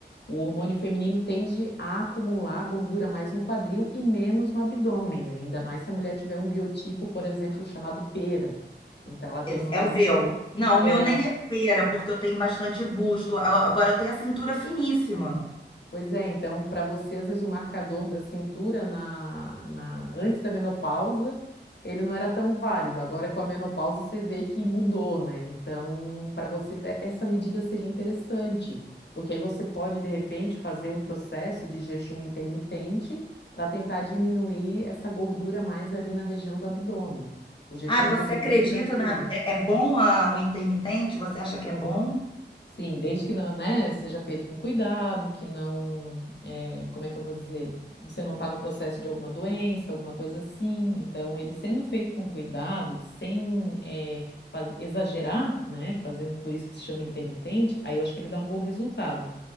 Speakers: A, on the left; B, on the left.
A: o hormônio feminino tende a acumular gordura mais no quadril e menos no abdômen, né? Ainda mais se a mulher tiver um biotipo, por exemplo, chamado pera. Então ela tem
B: É
A: mais
B: é o
A: cintura.
B: meu. Não,
A: É,
B: o meu nem é pera, porque eu tenho bastante busto. A- Agora eu tenho a cintura finíssima.
A: Pois é, então, para você, às vezes o marcador da cintura na, na- antes da menopausa, ele não era tão válido. Agora, com a menopausa, você vê que mudou, né? Então, para você, te- essa medida seria interessante, porque aí você pode, de repente, fazer um processo de jejum intermitente para tentar diminuir essa gordura mais ali na região do abdômen. O jejum
B: Ah,
A: intermitente,
B: você acredita,
A: ele ajuda.
B: né? É, é bom a- o intermitente? Você acha que é bom?
A: Sim, desde que não, né, seja feito com cuidado, que não, é, como é que eu vou dizer? Você não está no processo de alguma doença, alguma coisa assim. Então, ele sendo feito com cuidado, sem é, faz- exagerar, né, fazendo por isso que se chama intermitente, aí eu acho que ele dá um bom resultado.